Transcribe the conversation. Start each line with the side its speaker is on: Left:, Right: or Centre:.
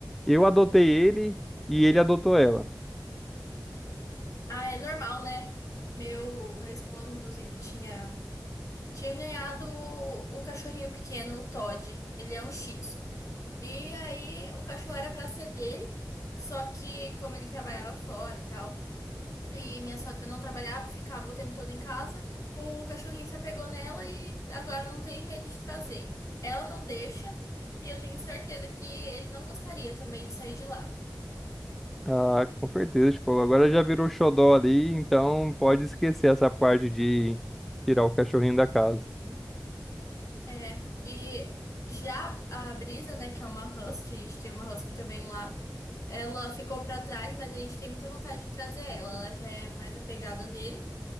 Centre: eu adotei ele e ele adotou ela.
Left: Ah, é normal, né? Meu, meu esposo, inclusive, tinha, tinha ganhado um cachorrinho pequeno, o Todd. Ele é um Shih Tzu. E aí, o cachorro era pra ser dele, só que como ele trabalhava fora e tal, e minha sogra não trabalhava, ficava o tempo todo em casa, o cachorrinho se apegou nela e agora não tem jeito de trazer. Ela não deixa, e eu tenho certeza que ele não gostaria também de sair de lá.
Centre: Ah, com certeza, tipo, agora já virou xodó ali, então pode esquecer essa parte de tirar o cachorrinho da casa.
Left: É, e já a Brisa, né, que é uma husky, a gente tem uma husky também lá, ela ficou pra trás, mas a gente tem muita vontade de trazer ela, ela já é mais apegada nele.